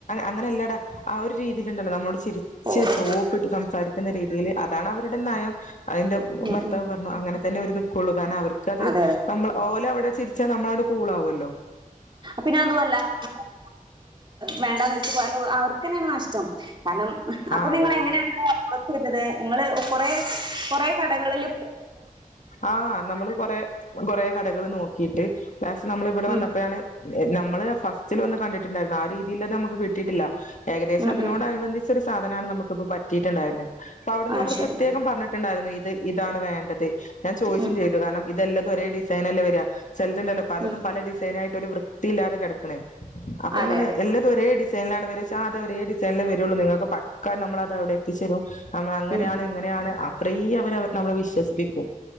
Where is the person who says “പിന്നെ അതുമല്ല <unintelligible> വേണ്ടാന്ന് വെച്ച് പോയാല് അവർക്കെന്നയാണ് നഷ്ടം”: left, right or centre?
Right